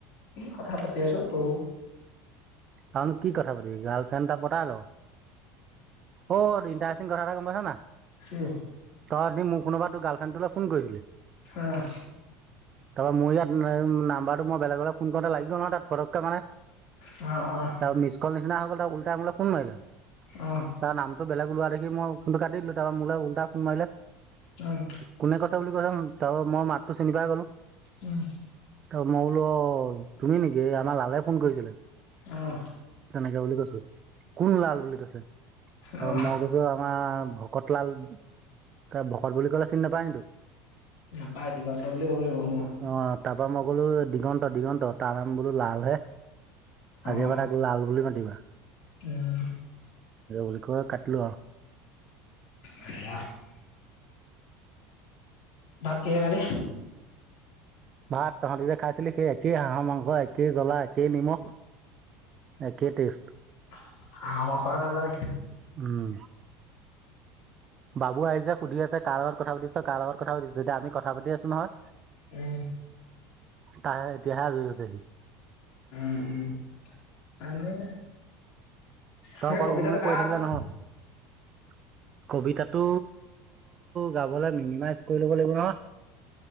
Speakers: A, on the left (about 50°); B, on the right (about 35°).
A: এ, কথা পাতি আছোঁ তোৰ
B: <unintelligible> কি কথা পাতিবি, গাৰ্লফ্ৰণ্ড এটা পতাই ল'। অ', ইণ্টাৰেষ্টিং কথা এটা গম পাইছ না?
A: হুম।
B: তই আজি মোৰ ফোনতোৰ গাৰ্ল্ৰেণ্ডটোলে ফোন কৰিছিলি?
A: হ'।
B: <inaudible> তাৰপা মোৰ ইয়াত নাম্বাৰটো মই বেলেগলে ফোন কৰোঁতে লাগিব নহয় তাত পতককে মানে।
A: অ', অ'।
B: আৰু মিছকল নিচিনা হৈ গ'ল তাই উলতাই মোলে ফোন মাৰিলে।
A: অহ।
B: তাৰ নামটো বেলেগ লোৱা দেখি মই ফোনটো কাটি দিলোঁ, তাৰপা মোলৈ ওলটাই ফোন মাৰিলে।
A: উম।
B: কোনে কৈছে বুলি <unintelligible> তাৰপা মই মাতটো চিনি পাই গ'লোঁ।
A: উম।
B: তাৰপা মই বোলো তুমি নেকি, আমাৰ লালে ফোন কৰিছিলে।
A: অ'।
B: তেনেকে বুলি কৈছোঁ, কোন লাল বুলি কৈছে। তাৰপা
A: অহ
B: মই কৈ ছোঁ আমাৰ ভকত লাল। তাই ভকত বুলি ক'লে চিনি নাপায় নি তোক?
A: নাপায় দিগন্ত বুলি ক'ব লাগিব মোক
B: আহ। তাৰপা মই ক'লো দিগন্ত, দিগন্ত তাৰ নাম বোলো লালহে।
A: অহ
B: আজিৰ পৰা তাক লাল বুলি মাতিবা।
A: উম।
B: বুলি কৈ কাটিলোঁ আৰু।
A: <inaudible> ভাত কিহে খালি?
B: ভাত তহঁতি যে খাইছিলি, সেই একেই হাঁহৰ মাংস একেই জ্বলা একেই নিমখ। একেই টেষ্ট।
A: <unintelligible> নাযাও নেকি?
B: উম বাবু আহিছে সুধি আছে কাৰ লগত কথা পাতিছ, কাৰ লগত কথা পাতিছ, এতিয়া আমি কথা পাতি নহয়
A: উম।
B: তাৰ এতিয়াহে আজৰি হৈছে সি।
A: উম, উম, এনেই
B: তই
A: সেই
B: অকল
A: কবিতাটো
B: উ
A: গা
B: কৈ থাকিলে
A: আকৌ।
B: নহয় <inaudible> কবিতাটো গাবলে মিনিমাইজ কৰি ল'ব লাগিব নহয়।